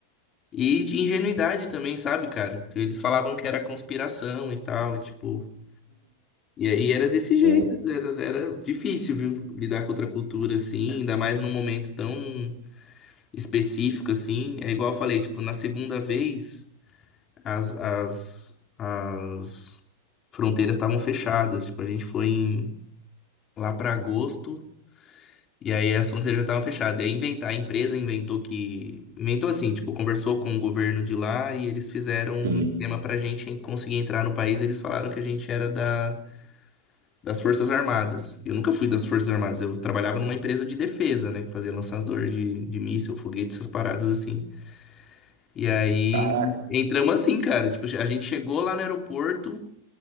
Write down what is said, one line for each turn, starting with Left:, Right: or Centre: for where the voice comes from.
Left: E de ingenuidade também, sabe, cara? Porque eles falavam que era conspiração e tal, e tipo. E aí era desse jeito,
Right: é,
Left: era, era difícil, viu? Lidar com outra cultura, assim, ainda mais num momento tão específico, assim. É igual eu falei, tipo, na segunda vez. as, as, as fronteiras estavam fechadas. Tipo, a gente foi em- lá para agosto e aí as fronteiras já estavam fechadas. E aí inventar, a empresa inventou que. Inventou assim, tipo, conversou com o governo de lá e eles fizeram um
Right: sim.
Left: esquema pra gente conseguir entrar no país. Eles falaram que a gente era da. Das Forças Armadas. Eu nunca fui das Forças Armadas. Eu trabalhava numa empresa de defesa, né? Que fazia lançador de, de míssil, foguete, essas paradas assim. E aí
Right: Caraca.
Left: entramos assim, cara. Tipo, a gente chegou lá no aeroporto.